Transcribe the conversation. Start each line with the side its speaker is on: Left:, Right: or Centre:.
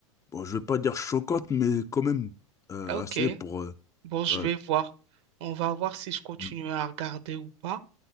Left: bon, je veux pas dire choquantes, mais quand même euh,
Right: Ah, Ok,
Left: assez pour... euh,
Right: bon, je
Left: ouais.
Right: vais voir. On va voir si je continue
Left: Mm.
Right: à regarder ou pas.